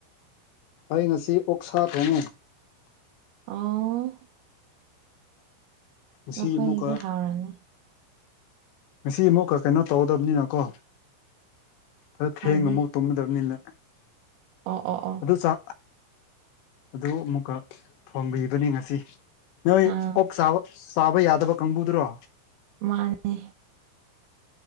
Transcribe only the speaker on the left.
ꯑꯩ ꯉꯁꯤ ꯑꯣꯛꯁꯥ ꯊꯣꯡꯉꯦ
ꯉꯁꯤ
ꯑꯃꯨꯛꯀ
ꯉꯁꯤ ꯑꯃꯨꯛꯀ ꯀꯩꯅꯣ ꯇꯧꯒꯗꯕꯅꯤꯅꯀꯣ ꯈꯔ ꯊꯦꯡ
ꯑꯃꯐꯥꯎ ꯇꯨꯝꯃꯗꯕꯅꯤꯅ
ꯑꯗꯨ ꯆ ꯑꯗꯨ ꯑꯃꯨꯛꯀ ꯐꯪꯕꯤꯕꯅꯤ ꯉꯁꯤ ꯅꯣꯏ
ꯑꯣꯛ ꯁꯥꯕ ꯁꯥꯕ ꯌꯥꯗꯕ ꯀꯥꯡꯕꯨꯗꯨꯔꯣ